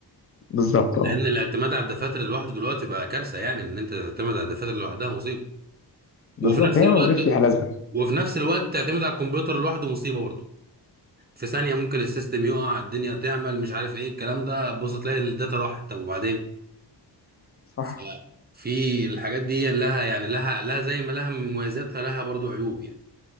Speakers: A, on the left; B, on the right.
A: بالظبط اه
B: لان الاعتماد على الدفاتر لوحده دلوقتي بقى كارثة يعني ان انت تعتمد على الدفاتر لوحدها مصيبة
A: بالظبط
B: وفي نفس
A: هي
B: الوقت
A: ما بقاش ليها لازمه
B: وفي نفس الوقت تعتمد على الكمبيوتر لوحده مصيبه برضه في ثانيه ممكن السيستم يقع الدنيا تعمل مش عارف ايه الكلام ده بص تلاقي الداتا راحت طب وبعدين
A: صح
B: ف- في الحاجات دي لها يعني لها لها زي ما لها من مميزاتها لها برضه عيوب يعني